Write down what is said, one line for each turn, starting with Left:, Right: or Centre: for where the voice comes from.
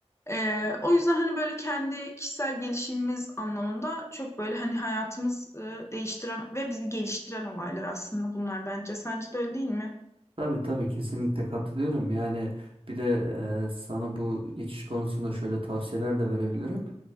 Left: Ee, o yüzden hani böyle kendi kişisel gelişimimiz anlamında çok böyle hani hayatımız e, değiştiren ve bizi geliştiren olaylar aslında bunlar bence. Sence de öyle değil mi?
Right: Tabii tabii kesinlikle katılıyorum. Yani bir de e, sana bu geçiş konusunda şöyle tavsiyeler de verebilirim.